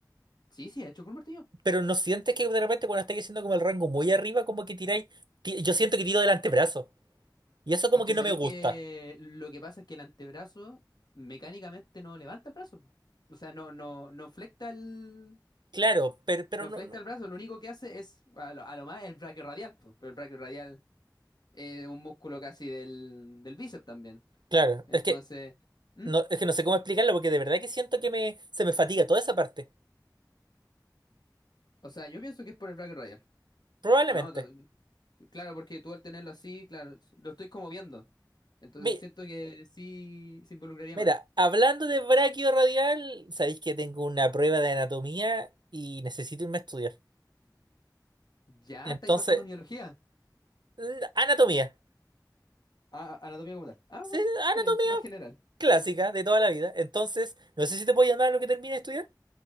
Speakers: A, on the left; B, on the right.
A: Sí, sí, he hecho con un martillo.
B: Pero no sientes que de repente cuando estáis haciendo como el rango muy arriba, como que tiráis. ti- Yo siento que tiro del antebrazo. Y eso como
A: Es que
B: que
A: sabéis
B: no me gusta.
A: que lo que pasa es que el antebrazo mecánicamente no levanta el brazo. po. O sea, no, no, no flecta el,
B: Claro, pero, pero
A: no
B: no,
A: flecta
B: no.
A: el brazo, lo único que hace es a lo, a lo más el brachiorradial, po. Pero el brachiorradial es un músculo casi del, del bíceps también.
B: Claro,
A: Entonces,
B: es que
A: ¿Mm?
B: no, es que no sé cómo explicarlo porque de verdad que siento que me, se me fatiga toda esa parte.
A: O sea, yo pienso que es por el brachiorradial.
B: Probablemente.
A: No, to- Claro, porque tú al tenerlo así, claro, lo estoy como viendo. Entonces
B: Mi-
A: siento que sí se involucraría
B: mira,
A: más.
B: hablando de braquio radial, sabéis que tengo una prueba de anatomía y necesito irme a estudiar.
A: Ya,
B: Entonces,
A: estáis pasando biología.
B: mm, anatomía.
A: Ah, anatomía como tal. Ah,
B: Sí,
A: bueno,
B: anatomía
A: está bien, más general.
B: clásica de toda la vida. Entonces, no sé si te puedo llamar a lo que termine de estudiar.